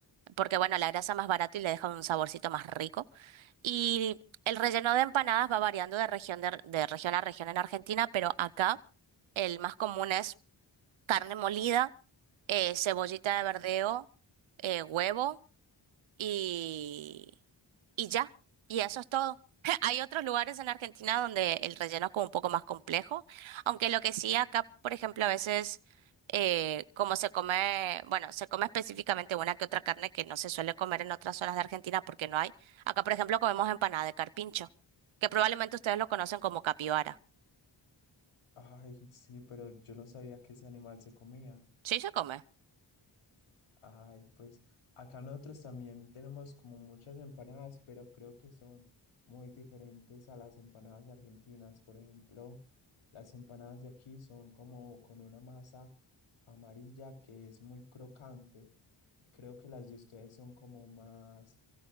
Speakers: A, on the right; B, on the left.
A: porque bueno, la grasa es más barata y le deja un saborcito más rico. Y el relleno de empanadas va variando de región, de de región a región en Argentina, pero acá el más común es carne molida, eh, cebollita de verdeo, eh, huevo y, y ya. Y eso es todo. <laughs> Hay otros lugares en la Argentina donde el relleno es como un poco más complejo, aunque lo que sí acá, por ejemplo, a veces eh, como se come, bueno, se come específicamente una que otra carne que no se suele comer en otras zonas de Argentina porque no hay. Acá, por ejemplo, comemos empanada de carpincho, que probablemente ustedes lo conocen como capibara.
B: Ay, sí, pero yo no sabía que ese animal se comía.
A: Sí se come.
B: Ay, pues acá nosotros también tenemos como muchas empanadas, pero creo que son muy diferentes a las empanadas argentinas. Por ejemplo, las empanadas de aquí son como con una masa. amarilla que es muy crocante. Creo que las de ustedes son como más,